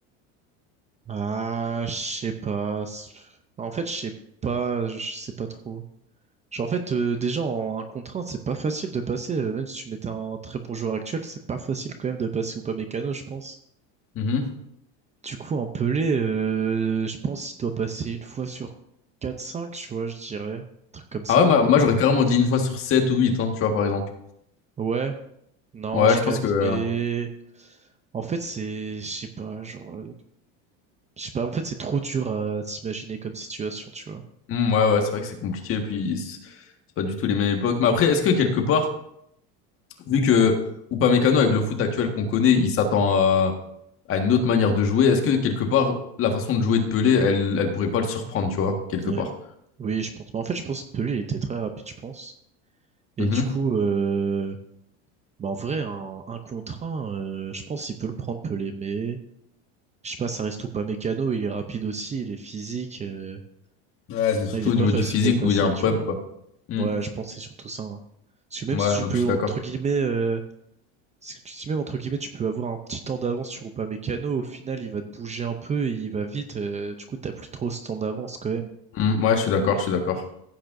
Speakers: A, on the right; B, on the left.
A: Ah, je sais pas. En fait, je sais pas. Je sais pas trop. Genre, en fait, euh, déjà en 1 contre 1, c'est pas facile de passer. euh, même si tu mettais un très bon joueur actuel, c'est pas facile quand même de passer ou pas Mécano, je pense.
B: Mhm.
A: Du coup, un Pelé, euh, je pense qu'il doit passer une fois sur quatre cinq tu vois, je dirais. Un truc comme ça.
B: Ah ouais, moi, moi, j'aurais carrément dit une fois sur 7 ou 8, hein, tu vois, par exemple.
A: Ouais, non,
B: Ouais,
A: je
B: je
A: capte,
B: pense que. euh,
A: mais en fait, c'est, je sais pas, genre. euh, Je sais pas, en fait, c'est trop dur à s'imaginer comme situation, tu vois.
B: Hmm, ouais, ouais, c'est vrai que c'est compliqué, puis c'est c'est pas du tout les mêmes époques. Mais après, est-ce que quelque part, vu que Upamecano, avec le foot actuel qu'on connaît, il s'attend à, à une autre manière de jouer, est-ce que quelque part, la façon de jouer de Pelé, elle, elle pourrait pas le surprendre, tu vois, quelque
A: Ouais.
B: part?
A: Oui, je pense. Mais en fait, je pense que lui, il était très rapide, je pense. Et
B: Mhm.
A: du coup, euh... bah, en vrai, un, un contre un, euh, je pense qu'il peut le prendre, Pelé. Mais je sais pas, ça reste ou pas mécano. Il est rapide aussi, il est physique. euh,
B: Ouais, c'est surtout
A: ouais, il est pas
B: au niveau
A: facile
B: du physique
A: de passer,
B: où il y a un
A: tu
B: problème,
A: vois.
B: quoi. Hmm.
A: Ouais, je pense que c'est surtout ça. hein. Parce que même
B: Ouais,
A: si tu
B: non,
A: peux,
B: mais je suis
A: entre
B: d'accord.
A: guillemets, euh, si si même, entre guillemets, tu peux avoir un petit temps d'avance sur Upamecano, au final, il va te bouger un peu, il va vite, euh, du coup, t'as plus trop ce temps d'avance quand même.
B: Hmm, ouais, je suis d'accord, je suis d'accord.